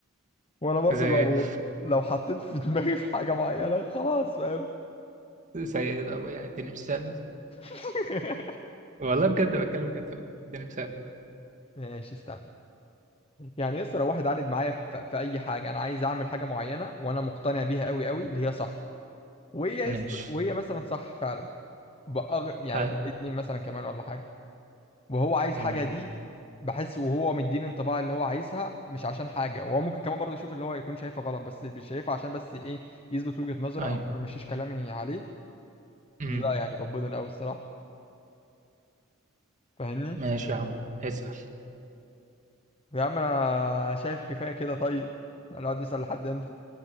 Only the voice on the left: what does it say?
وانا برضو
لو لو حطيت في دماغي في حاجه معينه خلاص فاهم
<laughs>
ماشي استنى يعني يسر لو واحد عاند معايا في, في اي حاجه انا عايز اعمل حاجه معينه وانا مقتنع بيها قوي قوي اللي هي صح وهي
يس... وهي مثلا صح فعلا بأغ... يعني
بقى اتنين مثلا كمان ولا حاجه وهو عايز
حاجه دي بحس وهو مديني انطباع اللي هو عايزها مش عشان حاجه وهو ممكن كمان برضه يشوف اللي هو يكون شايفها غلط بس مش شايفها عشان بس ايه يثبت وجهه نظره
او أنا ما مشيش كلامي عليه
دي بقى يعني بتبضن قوي الصراحه فاهمني
يا عم انا شايف كفايه كده طيب نقعد نسال لحد امتى